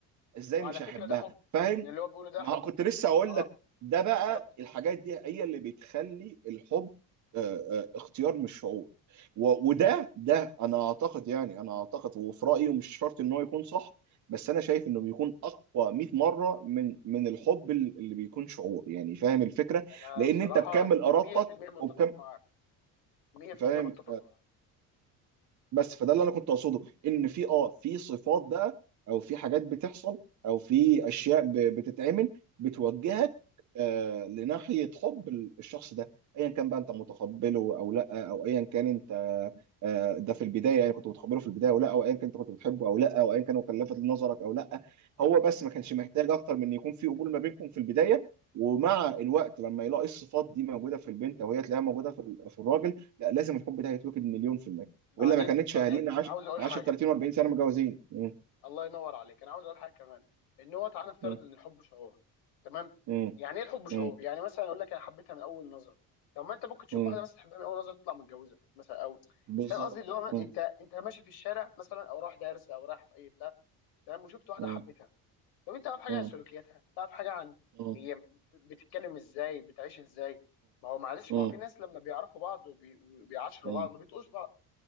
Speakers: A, on the right (about 50°); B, on the left (about 85°).
A: ازاي
B: وعلى
A: مش
B: فكره
A: هحبها
B: ده حب
A: فاهم
B: يعني اللي هو بيقوله ده
A: ما
B: حب
A: كنت لسه اقول
B: اه
A: لك ده بقى
B: بالظبط
A: الحاجات دي هي اللي بتخلي الحب آه، آه، اختيار مش شعور و- وده ده انا اعتقد يعني انا اعتقد وفي رايي ومش شرط ان هو يكون صح بس انا شايف انه بيكون اقوى 100 مره من من الحب ال- اللي بيكون شعور يعني فاهم الفكره
B: انا
A: لان
B: بصراحه
A: انت بكامل ارادتك
B: 100% متفق
A: وبكم
B: معاك 100%
A: فاهم
B: متفق معاك
A: بس فده اللي انا كنت اقصده ان في اه في صفات بقى او في حاجات بتحصل او في اشياء ب- بتتعمل بتوجهك آه لناحيه حب ال- الشخص ده ايا كان بقى انت متقبله او لا او ايا كان انت آه ده في البدايه يعني كنت متقبله في البدايه او لا او ايا كان انت كنت بتحبه او لا او ايا كان هو كان لافت لنظرك او لا هو
B: بالظبط
A: بس ما كانش محتاج اكتر من ان يكون في قبول ما بينكم في البدايه ومع الوقت لما يلاقي الصفات دي موجوده في البنت او هي تلاقيها موجوده في ال- في الراجل لا لازم الحب ده هيتوكد مليون في المية
B: بعدين
A: والا ما كانتش
B: بعدين
A: اهالينا عاش
B: انا عاوز اقول
A: عاشت
B: حاجه
A: 30 و40 سنه متجوزين مم.
B: الله ينور عليك انا عاوز اقول حاجه كمان ان هو تعالى نفترض
A: مم.
B: ان الحب شعور تمام
A: مم.
B: يعني ايه الحب شعور
A: مم.
B: يعني مثلا اقول لك انا حبيتها من اول نظره طب ما انت ممكن تشوف
A: مم.
B: واحده مثلا تحبها من اول نظره تطلع متجوزه مثلا او
A: بالظبط
B: انت فاهم قصدي اللي هو انت
A: مم.
B: انت ماشي في الشارع مثلا او رايح دارس او رايح في اي بتاع تمام وشفت واحده
A: مم.
B: حبيتها طب انت تعرف حاجه
A: مم.
B: عن سلوكياتها تعرف حاجه عن
A: مم.
B: هي بتتكلم ازاي بتعيش ازاي ما هو معلش
A: مم.
B: ما هو في ناس لما بيعرفوا بعض وبي- وبيعاشروا
A: مم.
B: بعض
A: مم.
B: ما بيتقوش بعض